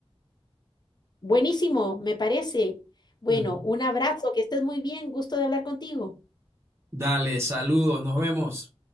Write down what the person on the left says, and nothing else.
Buenísimo, me parece. Bueno,
un abrazo, que estés muy bien, gusto de hablar contigo.